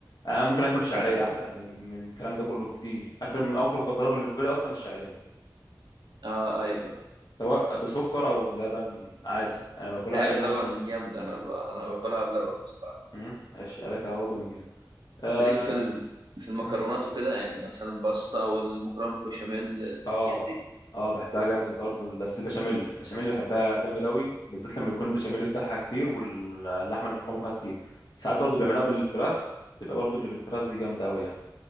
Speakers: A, on the left; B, on the right.
A: انا ممكن اكل شعريه
B: ايوه
A: احسن من من الكلام ده كله بكتير اكل من اكل مفضله بالنسبه لي اصلا الشعريه
B: اه ايوه
A: سواء بسكر او بلبن عادي انا باكلها
B: هي
A: اي
B: بلبن
A: حاجه
B: جامده انا ب... انا باكلها بلبن بصراحه
A: امم الشعريه كده برضه جميله اه
B: تليك في ال... في المكرونات
A: مم.
B: وكده يعني مثلا الباستا والمكرونه بالبشاميل الحاجات
A: اه
B: دي
A: اه بحبها جامد برضه بس البشاميل البشاميل اللي بحبها جامد قوي بالذات لما يكون البشاميل بتاعها كتير واللحمه المفرومه فيها كتير ساعات برضه بيعملوها بالفراخ تبقى برضه اللي بالفراخ دي جامده قوي يعني.